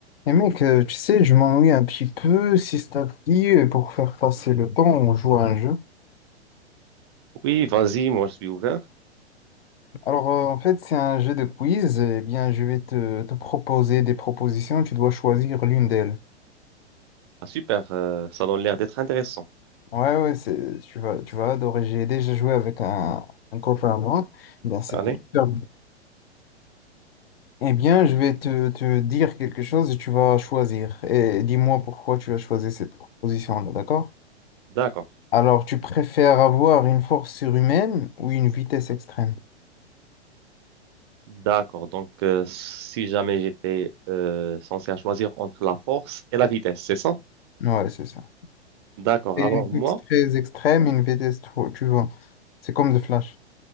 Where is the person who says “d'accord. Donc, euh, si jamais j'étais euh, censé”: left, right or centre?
Right